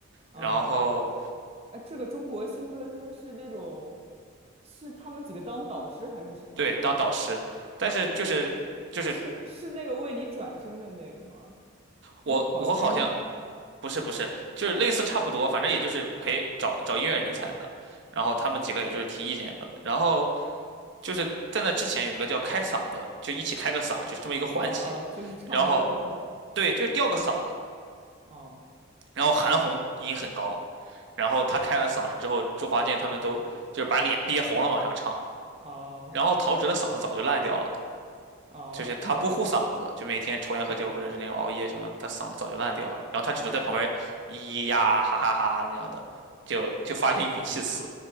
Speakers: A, on the right; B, on the right.
A: 啊，
B: 然后
A: 哎，这个中国新歌声是那种，是他们几个当导师还是什么？
B: 对当导师，但是就是就是
A: 是是那个为你转身的那个吗？那是好声音吧？
B: 我我好像。不是不是，就是类似差不多，反正也就是陪找找音乐人才的，然后他们几个也就是提意见的，然后就是在那之前有一个叫开嗓的，就一起开个嗓，就这么一个环节。
A: 啊啊，就是唱歌的是吗？
B: 然后对，就是吊个嗓子，
A: 哦
B: 然后韩红音很高，然后他开了嗓子之后，周华健他们都就是把脸憋红了往上唱。
A: 哦
B: 然后陶喆的嗓子早就烂掉了，
A: 哦
B: 就是他不护嗓子，
A: <laughs>
B: 就每天抽烟喝酒或者是那种熬夜什么，他嗓子早就烂掉了。然后他只能在旁边咿咿呀哈哈哈那样的，
A: 哦
B: 就就发一些语气词，